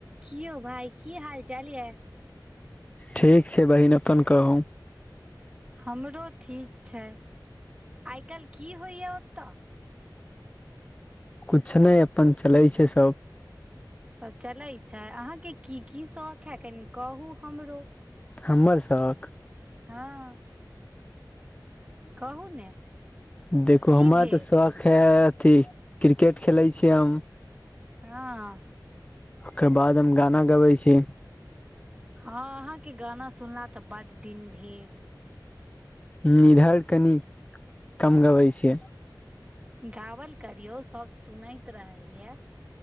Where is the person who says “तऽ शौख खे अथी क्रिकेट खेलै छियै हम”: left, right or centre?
Left